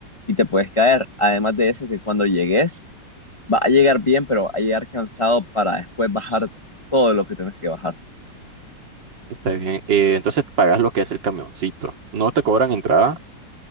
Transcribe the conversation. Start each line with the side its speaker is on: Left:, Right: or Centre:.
Left: y te puedes caer. Además de eso, que cuando llegues, vas a llegar bien, pero vas a llegar cansado para después bajar todo lo que tienes que bajar.
Right: está bien. Eh, entonces, pagas lo que es el camioncito. No te cobran entrada.